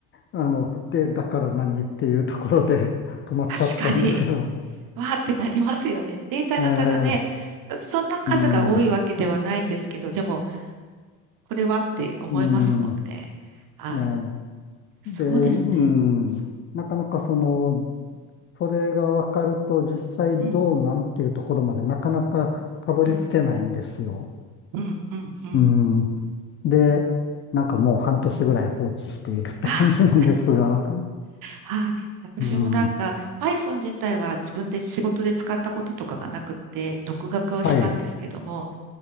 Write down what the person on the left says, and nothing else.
あの、で、だから何っていうところで <laughs> 止まっちゃったんですよ。
ええ、
うん、
うん、
ええ、
で、うん、なかなかその、それが分かると実際どうなんていうところまでなかなかたどり着けないんですよ。
うん。
で、なんかもう半年ぐらい放置しているって感じなんですが、
うん、
はい、